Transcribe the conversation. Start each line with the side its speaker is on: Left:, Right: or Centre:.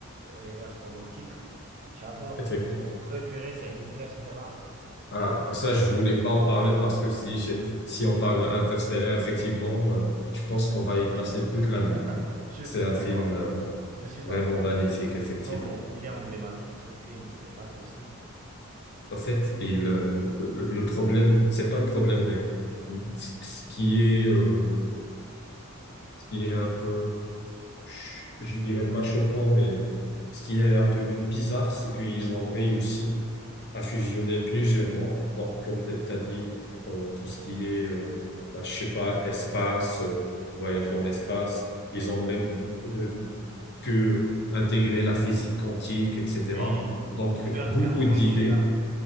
Right: euh, et astronautique. J'adore.
Left: Effectivement.
Right: Mon préféré, c'est Interstellar. Yeah, c'est-
Left: Ah,
Right: yeah.
Left: ça, je voulais pas en parler parce que si j'ai- si on parle de Interstellar, effectivement, euh, je pense qu'on va y passer toute la
Right: <laughs>
Left: nuit.
Right: Je
Left: C'est
Right: suis
Left: un
Right: d'accord.
Left: film, euh,
Right: Je suis
Left: vraiment
Right: d'accord.
Left: magnifique, effectivement.
Right: Non, mais il est emblématique, ce film. C'est pas possible.
Left: En fait, il, euh, le le problème, c'est pas le problème, mais ce qui est, euh, ce qui est un peu ch- je dirais pas choquant, mais ce qui est un peu bizarre, c'est qu'ils ont réussi à fusionner plusieurs mondes. Donc, comme tu as dit, euh, tout ce qui est, euh, bah, je sais pas, espace, euh, voyage dans l'espace, ils ont même euh, pu intégrer la physique quantique, etc.
Right: Oui,
Left: Donc,
Right: pour faire
Left: beaucoup
Right: Gargantua.
Left: d'idées,